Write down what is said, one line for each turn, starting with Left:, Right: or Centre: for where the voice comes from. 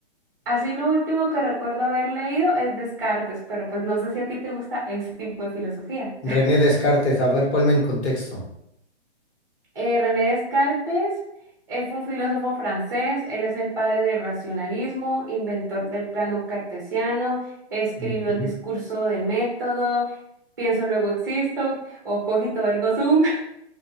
Right: Así lo último que recuerdo haber leído es Descartes, pero pues no sé si a ti te gusta ese tipo de filosofía.
Left: René Descartes, a ver, ponme en contexto.
Right: Eh, René Descartes, él fue un filósofo francés, él es el padre del racionalismo, inventor del plano cartesiano, escribió
Left: Ujú.
Right: el discurso del método, pienso luego existo o cogito ergo sum.